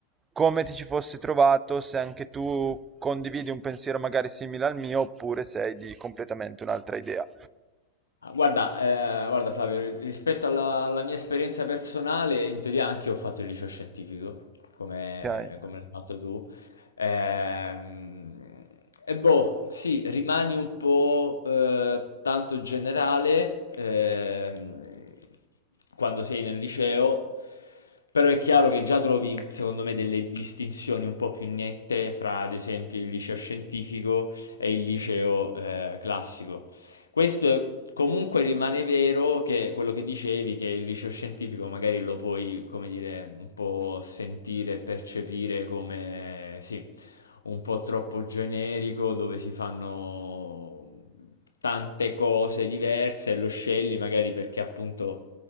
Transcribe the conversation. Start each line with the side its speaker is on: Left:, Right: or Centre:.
Right: come ti ci fossi trovato, se anche tu condividi un pensiero magari simile al mio oppure sei di completamente un'altra idea.
Left: Ah, Guarda, eh, guarda Flavio, ri- rispetto alla, alla mia esperienza personale, in teoria anche io ho fatto il liceo scientifico, come,
Right: Ok.
Left: come l'hai fatto tu. Ehm, e boh, sì, rimani un po' eh, tanto generale ehm, quando sei nel liceo, però è chiaro che già trovi, secondo me, delle distinzioni un po' più nette fra, ad esempio, il liceo scientifico e il liceo eh, classico. Questo è- comunque rimane vero che quello che dicevi, che il liceo scientifico magari lo puoi, come dire, un po' sentire, percepire come, sì, un po' troppo generico, dove si fanno tante cose diverse e lo scegli magari perché appunto